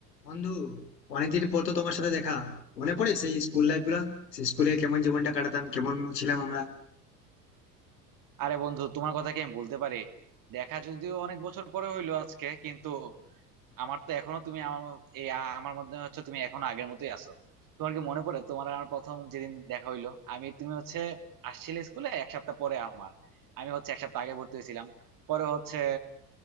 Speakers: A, on the left (about 75°); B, on the right (about 40°).
A: বন্ধু অনেকদিন পর তো তোমার সাথে দেখা মনে পড়ে সেই স্কুল লাইফ গুলা সেই স্কুলে কেমন জীবনটা কাটাতাম কেমন ছিলাম আমরা
B: আরে বন্ধু তোমার কথা কি আমি বলতে পারি দেখা যদিও অনেক বছর পরে হইলো আজকে কিন্তু আমার তো এখনো তুমি আমার এই আ- আমার মধ্যে হচ্ছে তুমি এখনো আগের মতোই আছো তোমার কি মনে পড়ে তোমার আর আমার প্রথম যেদিন দেখা হইলো আমি তুমি হচ্ছে আসছিলে স্কুলে এক সপ্তাহ পরে আমার আমি হচ্ছে এক সপ্তাহ আগে ভর্তি হয়েছিলাম পরে হচ্ছে